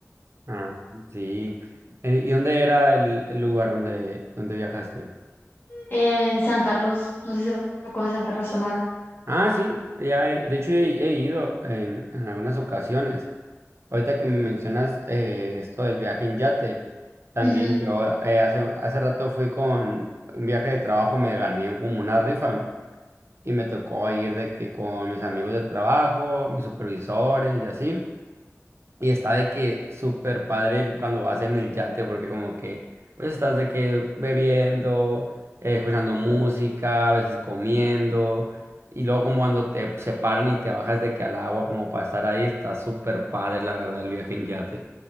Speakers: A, on the right (about 55°); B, on the left (about 50°).
A: Ah, sí. Eh, ¿Y dónde era el, el lugar donde, donde viajaste?
B: En San Carlos, no sé si lo conoces, San Carlos, Sonora.
A: Ah, sí, ya he- de hecho he, he ido en, en algunas ocasiones. Ahorita que me mencionas eh, esto del viaje en yate, también
B: Ujú.
A: yo eh, hace, hace rato fui con un viaje de trabajo, me gané como una rifa y me tocó ir de que con mis amigos del trabajo, mis supervisores y así. Y está de que súper padre el- cuando vas en el yate, porque como que, pues estás de que bebiendo, eh, escuchando música, a veces comiendo, y luego como cuando te separan y te bajas de que al agua como para estar ahí, está súper padre, la verdad, el viaje en yate.